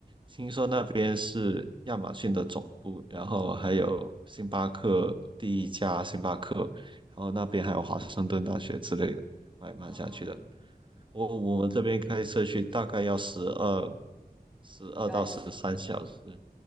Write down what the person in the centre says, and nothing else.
哦
抓一下。